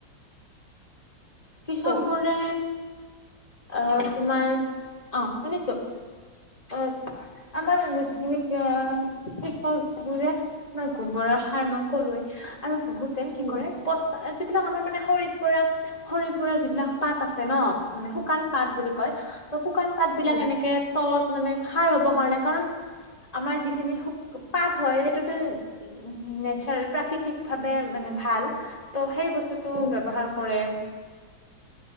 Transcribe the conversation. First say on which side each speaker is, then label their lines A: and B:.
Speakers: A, on the left (about 20°); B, on the right (about 85°).
A: কৃষক
B: কোৱা
A: বোৰে আহ তোমাৰ, অ শুনিছো। অ আমাৰ যিখিনি আহাৰ কৃষকবোৰে তোমাৰ গোবৰৰ সাৰ মই নকৰুৱে আৰু বহুতে কি
B: উম
A: কৰে পচা যিবিলাক আমাৰ মানে সৰি পৰা খৰি পৰা যিবিলাক পাত আছে ন মানে শুকান পাত বুলি কয় ত শুকান পাত বিলাক
B: উম,
A: এনেকে তলত মানে খাৰ হ'ব কাৰণে কাৰণ আমাৰ যিখিনি পাত হয় সেইটোতো উ, নেচাৰেল প্ৰাকৃতিক ভাৱে মানে ভাল। ত' সেই বস্তুটো
B: উম,
A: ব্যৱহাৰ কৰে।